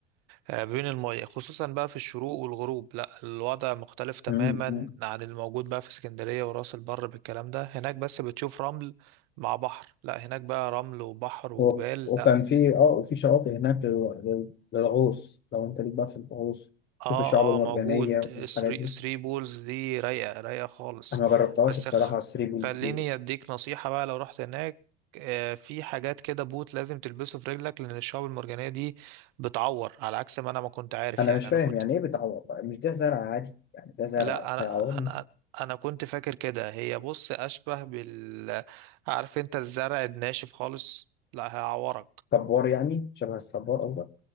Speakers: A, on the right; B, on the left.
A: آه، بين المية خصوصا بقى في الشروق والغروب لا الوضع مختلف تماما
B: مم، مم.
A: عن الموجود بقى في اسكندرية وراس البر بالكلام ده هناك بس بتشوف رمل مع بحر لا هناك بقى رمل وبحر وجبال
B: و- وكان
A: لا
B: في أه وفي شواطئ هناك لل- لل- للغوص لو أنت ليك بقى في الغوص
A: اه
B: تشوف الشعاب المرجانية
A: اه موجود الثري
B: والحاجات دي
A: الثري بولز دي رايقة رايقة خالص
B: أنا ما جربتهاش
A: بس
B: الصراحة
A: خ...
B: على الثري بولز
A: خليني
B: دي
A: اديك نصيحة بقى لو رحت هناك آه، في حاجات كده بوت لازم تلبسه في رجلك لان الشعاب المرجانية دي بتعور على عكس ما انا ما كنت عارف
B: انا
A: يعني
B: مش فاهم
A: انا كنت
B: يعني ايه بتعور بقى مش ده زرع عادي يعني ده زرع
A: لا انا
B: هيعور
A: انا انا كنت فاكر كده هي بص اشبه بال عارف انت الزرع الناشف خالص لا هيعورك
B: صبار يعني شبه الصبار قصدك